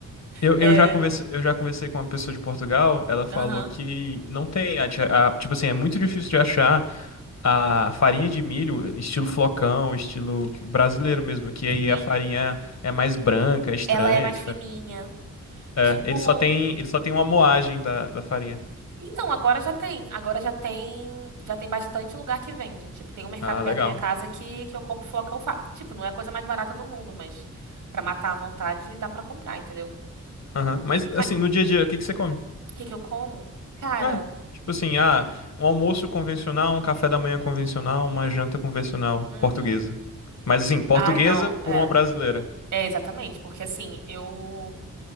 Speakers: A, on the left (about 60°); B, on the right (about 80°).
A: Eu,
B: É,
A: eu já conversei, eu já conversei com uma pessoa de Portugal, ela falou
B: aham.
A: que não tem, a, de- a- tipo assim, é muito difícil de achar a farinha de milho estilo flocão, estilo brasileiro mesmo, que aí
B: Sim,
A: a farinha é mais branca, é estranha,
B: ela é mais
A: é diferente.
B: fininha.
A: É,
B: Tipo,
A: ele só tem, ele só tem uma moagem da, da farinha.
B: então agora já tem, agora já tem, já tem bastante lugar que vende. Tipo, tem um mercado
A: Ah,
B: perto
A: legal.
B: da minha casa que que eu compro flocão, fa- tipo, não é a coisa mais barata do mundo, mas pra matar à vontade dá pra comprar, entendeu?
A: Aham. Mas assim,
B: Mas o
A: no dia a dia, o que que você come?
B: que que eu como? Cara,
A: É, tipo assim, ah, um almoço convencional, um café da manhã convencional, uma janta convencional
B: uhum.
A: portuguesa. Mas assim, portuguesa
B: Ai, não, é.
A: por uma brasileira.
B: É exatamente, porque assim, eu